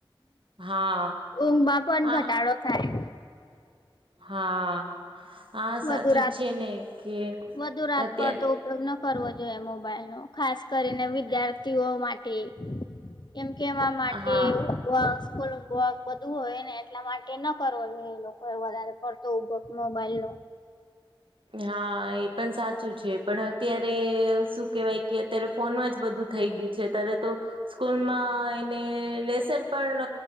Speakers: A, on the right; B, on the left.
A: હા
B: ઊંઘમાં પણ
A: હા
B: ઘટાડો થાય
A: હા હા સાચું
B: વધુ રાત
A: છે ને કે
B: વધુ રાત
A: અત્યારે
B: પડતો ઉપયોગ ન કરવો જોઈએ મોબાઈલ નો ખાસ કરીને વિદ્યાર્થીઓ માટે એમ કેવા માટે
A: હા
B: એવું વ સ્લક બધું હોયને એટલા માટે ન કરવો જોઈએ એ લોકો એ વધારે પડતો ઉભો મોબાઈલ નો
A: હા એ પણ સાચું છે પણ અત્યારે શું કેવાય કે અત્યારે ફોનમાં જ બધું થઈ ગયું છે અત્યારે તો સ્કૂલમાં એને લેસન પણ